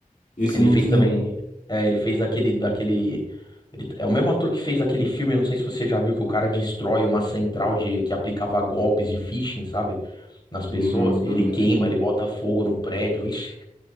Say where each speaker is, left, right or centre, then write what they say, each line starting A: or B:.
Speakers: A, on the left; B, on the left.
A: Esse
B: ele
A: eu não
B: fez
A: tô
B: também.
A: lembrando.
B: é, ele fez aquele, daquele. ele- é o mesmo ator que fez aquele filme, eu não sei se você já viu, que o cara destrói uma central de que aplicava golpes de phishing, sabe? Nas pessoas.
A: Não, também.
B: E ele queima, ele bota fogo no prédio. Ixi,